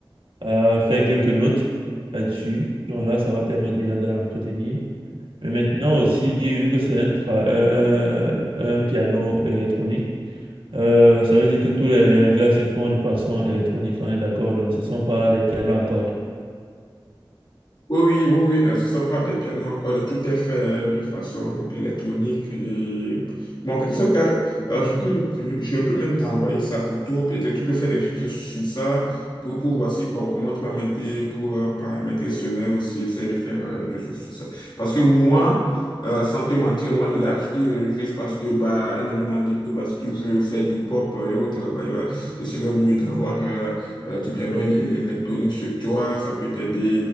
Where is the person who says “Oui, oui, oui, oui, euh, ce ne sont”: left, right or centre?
Left